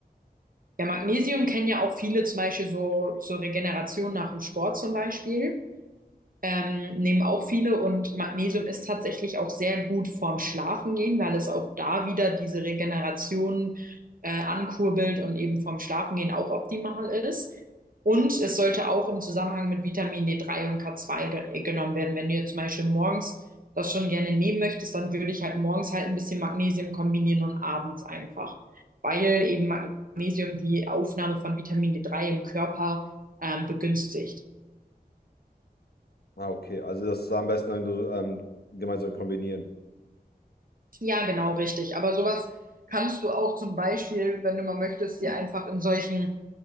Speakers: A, on the right; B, on the left.
A: Ja, Magnesium kennen ja auch viele zum Beispiel so zur Regeneration nach dem Sport zum Beispiel. Ähm, nehmen auch viele und Magnesium ist tatsächlich auch sehr gut vorm Schlafengehen, weil es auch da wieder diese Regeneration äh, ankurbelt und eben vorm Schlafengehen auch optimal ist. Und es sollte auch im Zusammenhang mit Vitamin D3 und K2 ge äh, genommen werden. Wenn du jetzt zum Beispiel morgens das schon gerne nehmen möchtest, dann würde ich halt morgens halt ein bisschen Magnesium kombinieren und abends einfach, weil eben Magnesium die Aufnahme von Vitamin D3 im Körper ähm, begünstigt.
B: Ah, okay. Also das am besten dann so, ähm, gemeinsam kombinieren.
A: Ja, genau, richtig. Aber sowas kannst du auch zum Beispiel, wenn du mal möchtest, dir einfach in solchen,